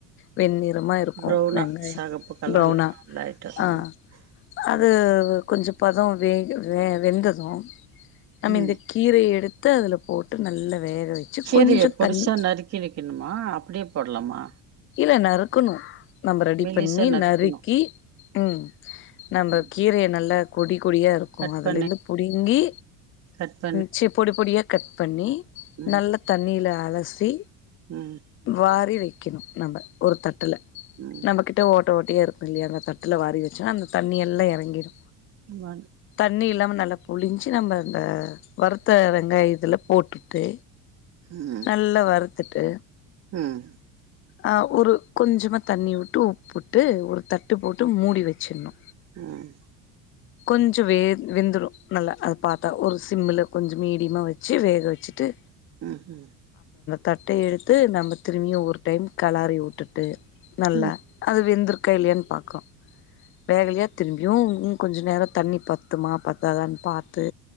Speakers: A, on the left; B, on the right.
A: வெண்ணீர் லம்மா இருக்கோ
B: ப்ரௌனா
A: வெங்காய
B: செகப்பு கலர்ல
A: பிரவுனா
B: லைட்டா ம்
A: ஆ அது
B: ம்
A: கொஞ்ச பதோ வேக வே வெந்ததூ நம்மேந்த
B: ம்
A: கீரையே எடு த அதுல போட்டு நல்லா வேக
B: சிரையே
A: கொஞ்சோ
B: பொடுசா
A: தண்ணி
B: நறுக்கி வெக்கணுமா அப்டேப் போட்லம்மா
A: இல்லே நருக்குணோ நம்ப ரெடி
B: மெலிசா
A: பண்ணீ
B: நறுக்கணு
A: நறுக்கீ ம் நம்ப
B: ம்
A: கீரைய நல்லா கொடி கொடியா இருக்கும்
B: கட்
A: அதுல
B: பண்ணி
A: இருந்து புடுங்கி
B: கட் பண்ணி
A: ச்ச பொடி பொடியா கட் பண்ணி
B: ம்
A: நல்ல தண்ணியில அலசி
B: ம்
A: வாரி வைக்கணு நம்ம ஒரு தட்டுல
B: ம்
A: நம்மகிட்ட ஓ ஓட்டியே இருக்கு இல்லையா அந்த தட்டுல வாரி வச்சா அந்த தண்ணி எல்லா எறங்கிடு
B: வன்
A: தண்ணி இல்லாம நல்ல புழிஞ்சு நம்ம இந்த வறுத்த வெங்காயத்துல போட்டுட்டு
B: ம்
A: நல்ல வரு தட்டு
B: ம்
A: ஆஹ் ஒரு கொஞ்சமா தண்ணி விட்டு உப்பு விட்டு ஒரு தட்டு போட்டு மூடி வச்சிடணு
B: ம்
A: கொஞ்ச வே வெந்துடும் நல்லா அத பார்த்தா ஒரு சிம்முல கொஞ்ச மீடியமா வச்சு வேக வச்சுட்டு
B: ம் ம்
A: தட்டை எடுத்து நம்ம திரும்பியும் ஒரு ம் கலாறி விட்டுட்டு நல்ல
B: ம்
A: அது வெந்துரு வேகலையான்னு பார்க்கணும் வேகலைனா திரும்பியும் இன்னும் கொஞ்ச நேரம் தண்ணி பத்துமா பத்தாதான்னு பார